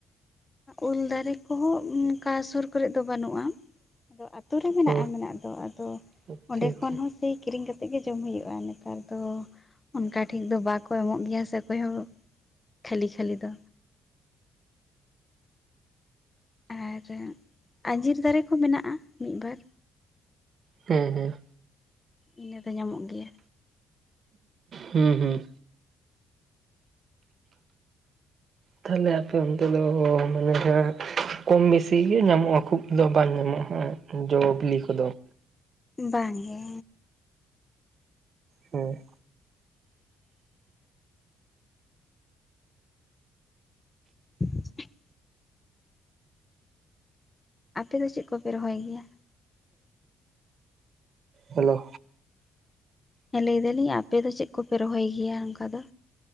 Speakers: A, on the left (about 20°); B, on the right (about 55°).
A: ᱩᱞ ᱫᱟᱨᱮ ᱠᱚᱼᱦᱚᱸ ᱚᱱᱠᱟ ᱥᱩᱨ ᱠᱚᱨᱮ ᱫᱚ ᱵᱟᱱᱩᱜᱼᱟ᱾ <unintelligible> ᱛᱩᱨᱮ ᱢᱮᱱᱟᱜᱼᱟ,
B: ᱚ
A: ᱢᱮᱱᱟᱜ ᱫᱚ, ᱟᱫᱚ
B: ᱟᱪᱪᱷᱟ
A: ᱚᱸᱰᱮ
B: ᱟᱪᱪᱷᱟ
A: ᱠᱷᱚᱱ ᱦᱚᱸ ᱥᱤ ᱠᱤᱨᱤᱝ ᱠᱟᱛᱮᱜ ᱜᱮ ᱡᱚᱢ ᱦᱩᱭᱩᱜᱼᱟ᱾ ᱱᱮᱛᱟᱨ ᱫᱚ ᱚᱱᱠᱟ ᱴᱷᱤᱠᱷ ᱫᱚ ᱵᱟᱠᱚ ᱮᱢᱚᱜ ᱜᱮᱭ-ᱟ᱾ ᱥᱮ ᱚᱠᱚᱭᱦᱚᱸ ᱠᱷᱟᱹᱞᱤ - ᱠᱷᱟᱹᱞᱤ ᱫᱚ᱾ ᱟᱨᱟ ᱟᱸᱡᱤᱨ ᱫᱟᱨᱮ ᱠᱚ ᱢᱮᱱᱟᱜᱼᱟ ᱾ᱢᱤᱫ ᱵᱟᱨ᱾
B: ᱦᱩᱸ ᱦᱩᱸ
A: ᱤᱱᱟᱹᱫᱚ ᱧᱟᱢᱚᱜ ᱜᱮᱭᱟ᱾
B: ᱦᱩᱸ ᱦᱩᱸ ᱛᱟᱦᱮᱞᱮ ᱟᱯᱮ ᱚᱱᱛᱮ ᱫᱚ, ᱢᱟᱱᱮ ᱦᱟᱸᱸᱜ ᱠᱚᱢ ᱵᱤᱥᱤ ᱜᱤ ᱧᱟᱢᱚᱜᱼᱟ᱾ ᱠᱷᱩᱵ ᱫᱚ ᱵᱟᱝ ᱧᱟᱢᱚᱜᱼᱟ ᱦᱟᱸᱜ ᱡᱚ ᱵᱤᱞᱤ ᱠᱚᱼᱫᱚ ᱾
A: ᱵᱟᱝ ᱜᱮ
B: ᱦᱩᱸ
A: <inaudible> ᱟᱯᱮᱫᱚ ᱪᱮᱫ ᱠᱚᱯᱮ ᱨᱚᱦᱚᱭ ᱜᱮᱭᱟ?
B: ᱦᱮᱞᱳ
A: ᱦᱮᱸ ᱞᱟᱹᱭ ᱫᱟᱞᱤᱝ, ᱟᱯᱮ ᱫᱚ ᱪᱮᱫ ᱠᱚᱯᱮ ᱨᱚᱦᱚᱭ ᱜᱮᱭᱼᱟ ᱚᱝᱠᱟ ᱫᱚ?